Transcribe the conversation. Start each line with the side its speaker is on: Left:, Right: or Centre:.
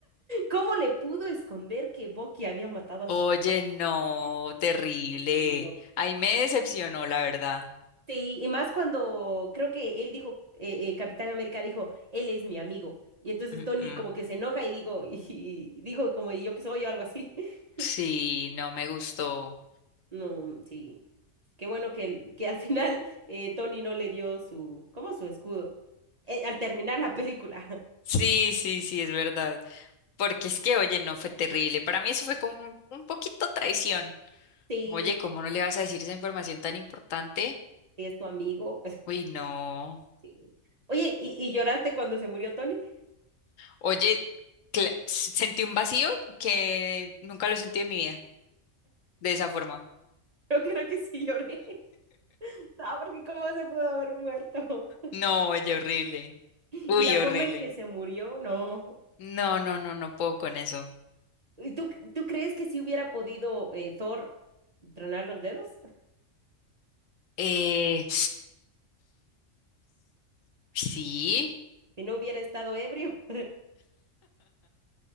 Right: cómo le pudo esconder que Bucky había matado a
Left: Oye,
Right: sus papás?
Left: no, terrible.
Right: No, no, no.
Left: Ahí me decepcionó, la verdad.
Right: Sí, y más cuando creo que él dijo, eh, eh, Capitán América dijo, él es mi amigo. Y entonces
Left: Mm,
Right: Tony
Left: mm.
Right: como que se enoja y digo, <laughs> y, y dijo como "¿Y yo que soy o algo así. <laughs>
Left: Sí, no me gustó.
Right: No, sí. Qué bueno que, el- que al final eh, Tony no le dio su, ¿cómo su escudo? Eh, al terminar la película. <laughs>
Left: Sí, sí, sí, es verdad. Porque es que, oye, no fue terrible. Para mí eso fue como un, un poquito traición.
Right: Sí,
Left: Como, Oye, ¿cómo no le vas a decir esa información tan importante?
Right: sí es tu amigo.
Left: Uy, no.
Right: Sí. Oye, ¿y, y lloraste cuando se murió Tony?
Left: Oye, cla- s- sentí un vacío que nunca lo he sentido en mi vida, de esa forma.
Right: <laughs> Yo creo que sí lloré. <laughs> No, porque cómo se pudo haber muerto. <laughs>
Left: No, oye, horrible.
Right: Y
Left: Uy,
Right: la
Left: horrible.
Right: forma en que se murió, no.
Left: No, no, no, no puedo con eso.
Right: ¿Y tú, tú crees que si hubiera podido eh, Thor tronar los dedos? <laughs>
Left: Eh, sí.
Right: Si no hubiera estado ebrio. <laughs>